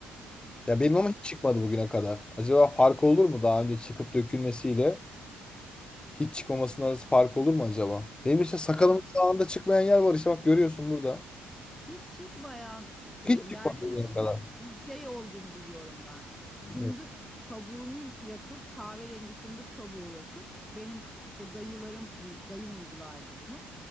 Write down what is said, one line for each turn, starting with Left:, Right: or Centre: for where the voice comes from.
Left: Ya benim ama hiç çıkmadı bugüne kadar. Acaba fark olur mu daha önce çıkıp dökülmesiyle hiç çıkmamasının arası fark olur mu acaba? Benim işte sakalımın
Centre: Yani
Left: sağında çıkmayan yer var işte bak görüyorsun burada.
Centre: hiç çıkmayan e,
Left: Hiç
Centre: yerler
Left: çıkmadı bugüne
Centre: için
Left: kadar.
Centre: bu şey olduğunu biliyorum ben. Fındık
Left: Evet.
Centre: kabuğunu yakıp kahverengi fındık kabuğu yakıp benim işte dayılarım uy- dayım uygulardı bunu.